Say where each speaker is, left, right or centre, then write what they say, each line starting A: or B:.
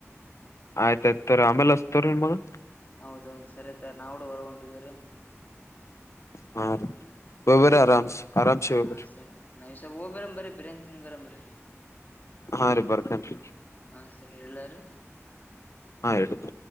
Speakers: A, on the left; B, on the left.
A: <unintelligible>
B: ಹೌದೌದು ಸರಿ ಅತ್ತೆ ನಾವುಡ ಹೊರಗೊಂಟಿದಿವ್ರಿ.
A: <unintelligible> ಹೋಗ್ಬರ್ರಿ
B: ಹಾ ಸರಿ ನೈಸಾಗ್ ಹೋಗ್ಬರಮ್ ಬರ್ರಿ ಬಿರಿಯಾನಿ ತಿನ್ ಬರಂ ಬರ್ರಿ.
A: ಹಾ ರೀ ಬರ್ತೇನ್ರಿ
B: ಹಾ ಸರಿ ಹೆಳ್ಳಾರ.
A: ಹಾ ಹೇಳ್ಬೇಕು.